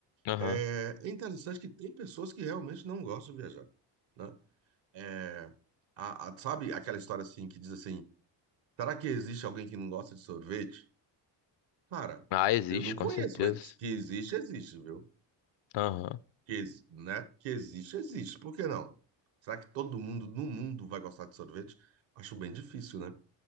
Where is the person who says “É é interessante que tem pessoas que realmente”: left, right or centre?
Right